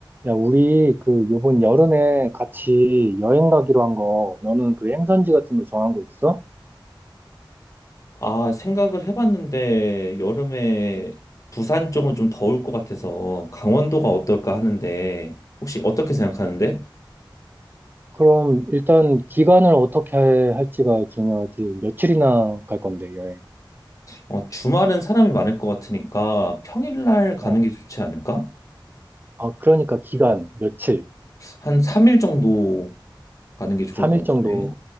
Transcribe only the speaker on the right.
야, 우리 그 요번 여름에 같이 여행 가기로 한 거, 너는 그 행선지 같은 거 정한 거 있어?
그럼 일단 기간을 어떻게 할지가 중요하지. 며칠이나 갈 건데, 여행.
어.
아, 그러니까 기간, 며칠,
3일
정도